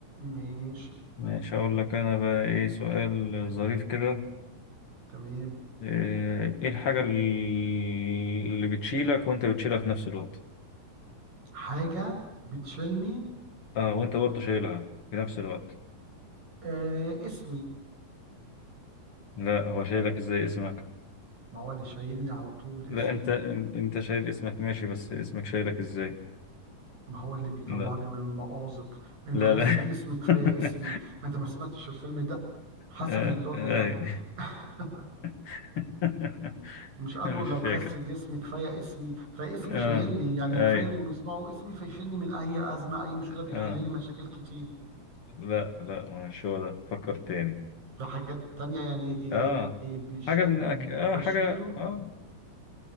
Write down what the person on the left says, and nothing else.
ماشي هقول لك انا بقى ايه سؤال ظريف كده
آه، ايه الحاجة اللي بتشيلك وانت بتشيلها في نفس الوقت
اه وانت برضه شايلها في نفس الوقت
لا هو شايلك ازاي اسمك
لا
انت انت شايل اسمك ماشي بس اسمك شايلك ازاي
لا
لا
لا
<laughs>
آه،
آي.
<laughs>
مش
فاكر
اه
اي
اه
لا لا مش هو ده فكر تاني
اه
حاجة من أك... اه
حاجة اه